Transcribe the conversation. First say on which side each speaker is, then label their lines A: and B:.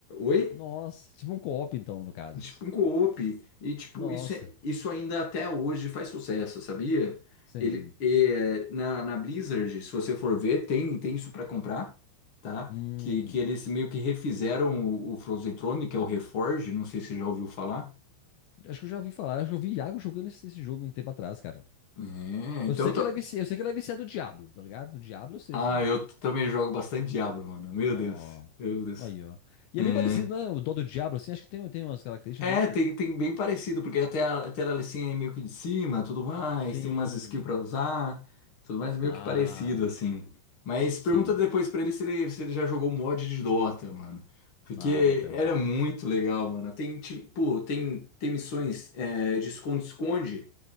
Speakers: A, on the left; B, on the left.
A: Oi?
B: Nossa, tipo um co-op então, no caso.
A: Tipo um co-op. E, tipo,
B: Nossa,
A: isso, é- isso ainda até hoje faz sucesso, sabia?
B: sim.
A: Ele, é, na, na Blizzard, se você for ver, tem, tem isso para comprar, tá?
B: Hum,
A: Que, que eles meio que refizeram o, o Frozen Throne, que é o Reforge, não sei se você já ouviu falar.
B: acho que eu já ouvi falar, acho que eu vi Iago jogando esse, esse jogo um tempo atrás, cara.
A: É,
B: Eu
A: então...
B: sei
A: eu
B: que ele é viciado, eu sei que ele é viciado do Diablo, tá ligado? Do Diablo eu sei,
A: Ah,
B: assim.
A: eu t- também jogo bastante Diablo, mano. Meu
B: Nó.
A: Deus, meu Deus.
B: Aí, ó. E
A: É.
B: é bem parecido, né? O dó do Diablo, assim, acho que tem, tem umas características,
A: É,
B: não tem
A: tem,
B: não?
A: tem bem parecido, porque até a, até a Alicinha é meio que de cima, tudo mais,
B: Sim.
A: tem umas skills pra usar, tudo mais meio
B: Ah,
A: que parecido, assim. Mas pergunta
B: sim.
A: depois pra ele se ele, se ele já jogou mod de Dota, mano. Porque
B: Ah, vou perguntar.
A: era muito legal, mano. Tem, tipo, tem, tem missões é, de esconde-esconde